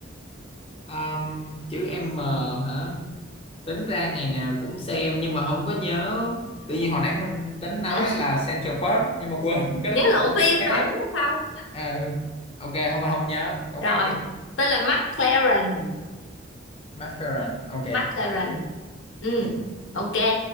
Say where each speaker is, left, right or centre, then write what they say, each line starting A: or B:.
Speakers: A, on the left; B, on the left.
A: Um, chữ M hả? Tính ra ngày nào cũng xem nhưng mà không có nhớ. Tự nhiên hồi nãy mình tính nói
B: <laughs>
A: là Central Park nhưng mà quên <laughs> cái
B: nhớ
A: đó là
B: lộn
A: của
B: phim
A: phim khác.
B: rồi đúng không
A: Ờ, ok, không không nhớ. Câu
B: rồi
A: khác đi.
B: tên là McLaren
A: McFerrin. Ok.
B: McLaren ừ
A: Ừ.
B: ok